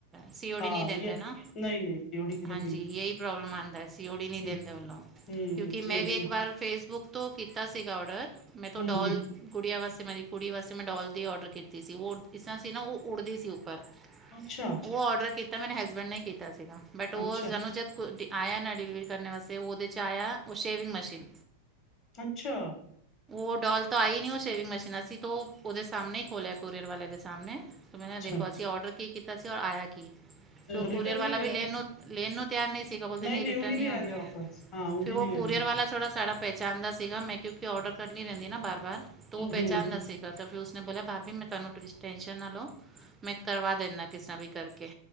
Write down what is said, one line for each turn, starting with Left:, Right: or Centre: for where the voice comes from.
Right: ਸੀਓਡੀ
Left: ਹਾਂ
Right: ਨੀ ਦਿੰਦੇ
Left: ਇਹ
Right: ਨਾ?
Left: ਨਹੀਂ ਨਹੀਂ ਸੀਓਡੀ ਕਿਧਰ
Right: ਹਾਂਜੀ,
Left: ਵੀ ਨਹੀਂ
Right: ਯਈ ਪ੍ਰੋਬਲਮ ਆਂਦਾ, ਸੀਓਡੀ ਨੀ ਦਿੰਦੇ
Left: ਹਮ
Right: ਹੁਨ ਓ।
Left: ਹਮ
Right: ਕਿਓਕੇ
Left: ਸੀਓਡੀ
Right: ਮੈਂ ਵੀ ਇੱਕ
Left: ਨਹੀਂ
Right: ਵਾਰ ਫੇਸਬੁੱਕ ਤੋਂ ਕੀਤਾ ਸੀਗਾ ਔਡਰ, ਮੈਂਤੋਂ ਡੋਲ
Left: ਹਮ
Right: ਗੁੜੀਆਂ ਵਾਸਤੇ, ਮੈਂਰੀ ਕੁੜੀ ਵਾਸਤੇ, ਮੈਂ ਡੋਲ ਦੀ ਔਡਰ ਕੀਤੀ ਸੀ। ਓ ਇਸ ਤਰ੍ਹਾਂ ਸੀ ਨਾ, ਓ ਉੱੜਦੀ ਸੀ ਉੱਪਰ।
Left: ਅੱਛਾ।
Right: ਓ ਔਡਰ ਕੀਤਾ ਮੇਰੇ ਹੱਸਬੈਂਡ ਨੇ ਕੀਤਾ ਸੀਗਾ, ਬਟ ਓ
Left: ਅੱਛਾ
Right: ਸਾਨੂੰ ਜਦ ਕੁ ਆਇਆ ਨਾ ਡਿਲੀਵਰੀ ਕਰਨ ਵਾਸਤੇ, ਓਹਦੇ 'ਚ ਆਇਐ, ਓ ਸ਼ੇਵਿੰਗ ਮਸ਼ੀਨ।
Left: ਅੱਛਾ।
Right: ਓਡੋਲ ਤਾਂ ਆਈ ਨੀ, ਓ ਸ਼ੇਵਿੰਗ ਮਸ਼ੀਨ ਅਸੀਂ ਤਾਂ ਓਦੇ ਸਾਮਣੇ ਈ ਖੋਲਿਆ, ਕੋਰੀਅਰ ਵਾਲੇ ਦੇ ਸਾਮਣੇ। ਮੈਂ ਖਾ
Left: ਅੱਛਾ
Right: ਦੇਖੋ, ਅਸੀਂ ਆਰਡਰ ਕੀ ਕੀਤਾ ਸੀ, ਔਰ ਆਇਆ ਕੀ, ਤੇ ਓ
Left: ਰਿਟਰਨ
Right: ਕੂਰੀਅਰ ਵਾਲਾ
Left: ਨਹੀਂ ਗਏ
Right: ਵੀ ਲੈਣ
Left: ਉਹ
Right: ਨੂੰ ਲੇਣ ਨੂੰ ਤਿਆਰ ਨਈ ਸੀਗਾ। ਬੋਲਦੇ
Left: ਨਹੀਂ
Right: ਨਈ
Left: ਨਹੀਂ
Right: ਰਿਟਰਨ
Left: ਉਹ ਨਹੀਂ
Right: ਨੀ
Left: ਲੈਂਦੇ
Right: ਹੁੰਦਾ।
Left: ਵਾਪਸ ਹਾਂ ਉਹ
Right: ਫੇਰ
Left: ਨਹੀਂ
Right: ਓ
Left: ਲੈਂਦੇ
Right: ਕੁਰੀਅਰ ਵਾਲਾ ਥੋੜ੍ਹਾ ਸਾਡਾ ਪਹਿਚਾਣਦਾ ਸੀਗਾ। ਮੈਂ ਕਿਓਕੇ ਔਡਰ ਕਰਦੀ ਰੈਦੀਂ ਆ ਬਾਰ-ਬਾਰ, ਤਾਂ ਓ
Left: ਹੂੰ
Right: ਪਹਿਚਾਣਦਾ ਸੀਗਾ। ਤਾਂ ਫੇਰ ਓਸਨੇ ਬੋਲਿਆ ਬਾਬੀ ਮੈਂ ਤੁਆਨੂੰ ਤੁਸੀ ਟੈਂਸ਼ਨ ਨਾ ਲਓ, ਮੈਂ ਕਰਵਾ ਦਿੰਨਾ ਕਿਸ ਤਰ੍ਹਾਂ ਵੀ ਕਰਕੇ